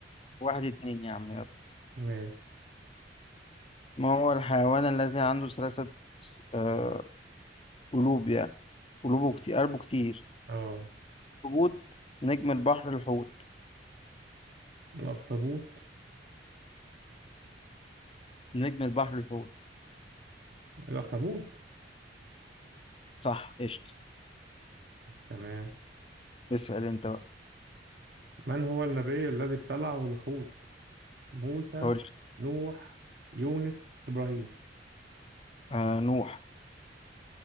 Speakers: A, on the left; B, on the right.
A: واحد اتنين يا عم يلا
B: <laughs> ماشي
A: ما هو الحيوان الذي عنده ثلاثة آه، قلوب يعني قلوبه كتير قلبه كتير
B: اه
A: حوت نجم البحر الحوت
B: الاخطبوط
A: نجم البحر الحوت
B: الاخطبوط
A: صح قشطة
B: تمام
A: اسأل انت بقى
B: من هو النبي الذي ابتلعه الحوت موسى
A: قول
B: نوح يونس إبراهيم
A: آه نوح